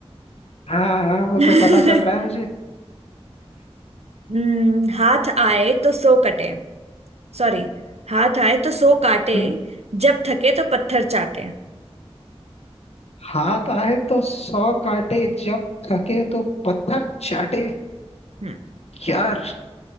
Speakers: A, on the left; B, on the right.
A: हाँ हाँ वो
B: <laughs>
A: तो पता चल रहा है मुझे
B: हम्म हाथ आए तो सो कटे सॉरी हाथ आए तो सो काटे
A: हम्म,
B: जब थके तो पत्थर चाटे
A: हाथ आए तो सौ काटे जब थके तो पत्थर चाटे
B: हम्म
A: यार